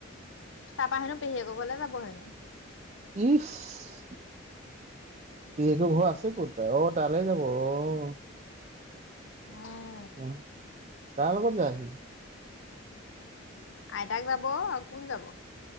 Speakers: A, on the left; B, on the right.
A: তাৰপা হেনো পেহীয়েকৰ ঘৰলে যাব হেনো।
B: ইচ, পেহীয়েকৰ ঘৰ আছে ক'ত তাৰ, অ', তালে যাব অ'।
A: উম'
B: উম', কাৰ লগত যায় সি?
A: আইতাক যাব আও কোন যাব।